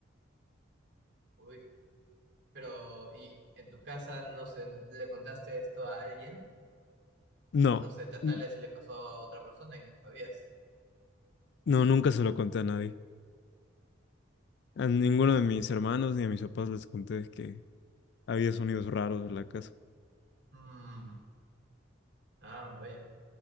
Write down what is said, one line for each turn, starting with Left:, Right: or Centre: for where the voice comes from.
Right: Uy, pero ¿y en tu casa no sé, no- le contaste esto a alguien?
Left: No,
Right: No sé, ta- tal
Left: n-
Right: vez le pasó a otra persona y no sabías.
Left: no, nunca se lo conté a nadie. A ninguno de mis hermanos ni a mis papás les conté que había sonidos raros en la casa.
Right: Mm, Ah, vaya.